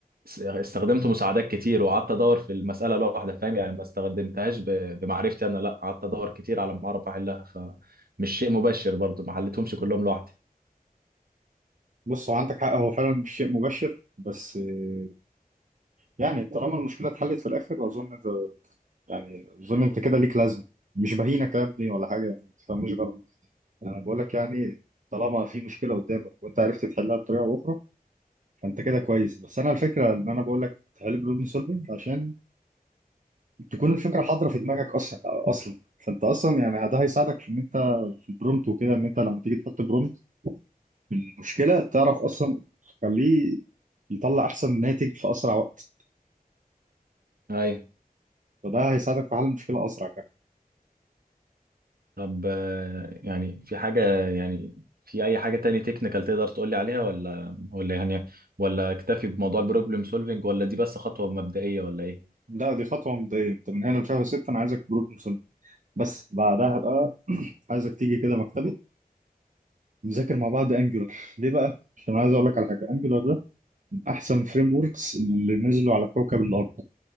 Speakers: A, on the right; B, on the right.
A: س- استخدمت مساعدات كتير وقعدت ادور في المساله لوحدها فاهم يعني ما استخدمتهاش ب- بمعرفتي انا لا قعدت ادور كتير على ما اعرف احلها فمش شيء مباشر برضو ما حلتهمش كلهم لوحدي
B: بص هو عندك حق هو فعلا مش شيء مبشر بس آه، يعني طالما المشكله اتحلت في الاخر اظن انت يعني اظن انت كده ليك لازمه مش بهينك يا ابني ولا حاجه يعني ما تفهمنيش غلط انا بقول لك يعني طالما في مشكله قدامك وانت عرفت تحلها بطريقه او اخرى فانت كده كويس بس انا الفكره ان انا بقول لك تحل بروبلم سولفنج عشان تكون الفكره حاضره في دماغك اصلا اصلا فانت اصلا يعني ده هيساعدك في ان انت في البرومت وكده ان انت لما تيجي تحط برومت المشكله تعرف اصلا تخليه يطلع احسن ناتج في اسرع وقت
A: ايوه
B: فده هيساعدك في حل المشكله اسرع كمان
A: طب آه، يعني في حاجة يعني في أي حاجة تاني تكنيكال تقدر تقولي عليها ولا ولا يعني ولا أكتفي بموضوع البروبلم سولفينج ولا دي بس خطوة مبدئية ولا إيه؟
B: لا دي خطوه مبدئيه انت من هنا لشهر 6 انا عايزك برومت مسلم بس بعدها بقى <clears throat> عايزك تيجي كده مكتبي نذاكر مع بعض انجولار ليه بقى عشان عايز اقول لك على حاجه انجولار ده من احسن فريم وركس اللي نزلوا على كوكب الارض